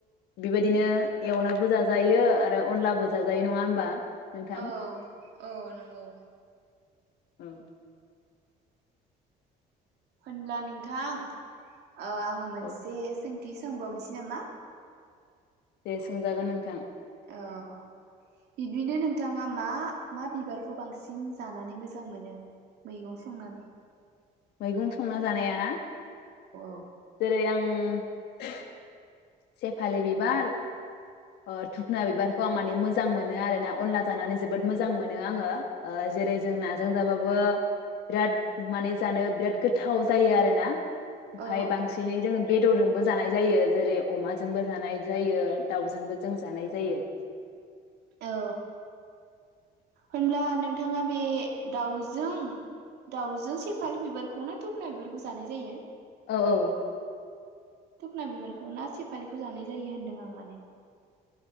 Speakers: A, on the left (about 75°); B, on the right (about 75°).
A: बेबायदिनो एवनाबो जाजायो आरो अनलाबो जाजायो नङा होमबा? नोंथां
B: औ औ नंगौ
A: औ
B: होनब्ला नोंथां ओ आङो मोनसे
A: औ
B: सों बिदि सोंबावनोसै नामा?
A: दे सोंजागोन नोंथां।
B: ओ बिदिनो नोंथाङा मा मा बिबारखौ बांसिन जानानै मोजां मोनो मैगं संनानै?
A: मैगं संना जानाया ना?
B: औ
A: जेरै आं <inaudible> सेफालि बिबार ओ धुखना बिबारखौ आं माने मोजां मोनो आरोना अनला जानानै जोबोद मोजां मोनो आङो। ओ जेरै जों नाजों जाबाबो बिराद माने जानो बिराद गोथाव जायो आरो ना? ओमफाय
B: औ
A: बांसिनै जोङो बेदरजोंबो जानाय जायो जेरै अमाजोंबो जानाय जायो दाउजोंबो जों जानाय जायो।
B: औ होनब्ला नोंथाङा बे दाउजों दाउजों सेफालि बिबारखौ ना दुखना बिबारखौ जानाय जायो?
A: औ औ।
B: धुखना बिबारखौ ना सेपालिखौ जानाय जायो होनदों आं माने